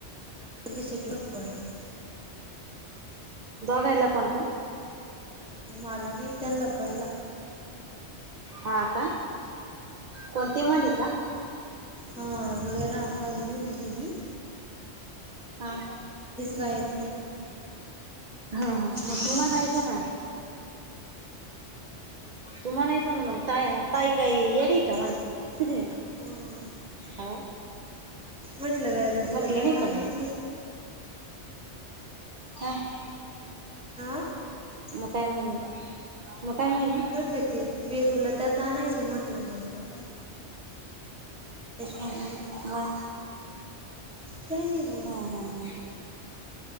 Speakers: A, in the centre; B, on the right.
A: धचटला पडला <unintelligible>
B: दोघाएला पण का?
A: मला नाही त्यांनला पडल.
B: हा का, कोणती मालिका?
A: हा लराम बनघुनमुनी <unintelligible>
B: <unintelligible> हा,
A: गायब म्हणे
B: तसं म्हणायचं नाय. तु म्हणायच ना मग, ता ताई काई येडी का म्हण-
A: हा.
B: हा <unintelligible>
A: म्हटलं काय नसलं
B: म्हटली
A: त्याच
B: नाही
A: आणायची
B: का मग
A: <unintelligible>
B: हम <inaudible>
A: हा
B: मग काय म्हणे? मग काय म्हने?
A: म्हटलं ते, वेदूला त्याच आणायचे म्हटलं मग काय. त्याच्यामुळ
B: हा
A: माहिती म्हटलं
B: मग हा
A: काय नाही. मग
B: हा हा हा.